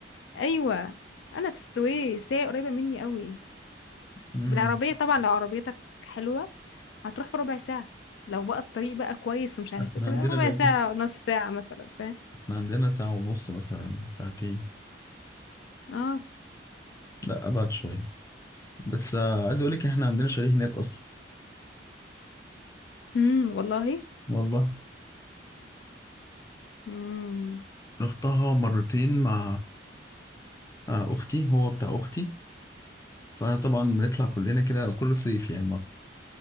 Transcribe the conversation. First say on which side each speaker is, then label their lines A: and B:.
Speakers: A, on the left; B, on the left.
A: ايوه انا في السويس هي قريبه مني قوي
B: امم
A: بالعربيه طبعا لو عربيتك حلوه هتروح في ربع ساعه لو بقى الطريق بقى كويس ومش عارف
B: احنا
A: ايه كده
B: عندنا
A: ربع
B: بعيد
A: ساعه نص ساعه مثلا فاهم
B: احنا عندنا ساعة ونص مثلا ساعتين
A: اه
B: لا ابعد شوية بس آه، عايز اقول لك احنا عندنا شاليه هناك اصلا
A: امم والله
B: والله
A: امم
B: رحتها مرتين مع آه، اختي هو بتاع اختي فطبعا بنطلع كلنا كده كل صيف يعني مرة